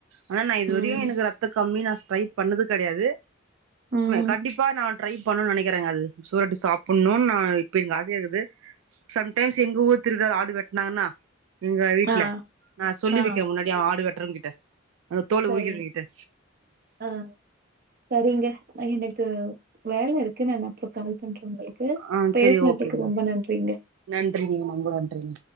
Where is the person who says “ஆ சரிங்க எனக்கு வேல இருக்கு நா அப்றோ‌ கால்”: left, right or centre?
Right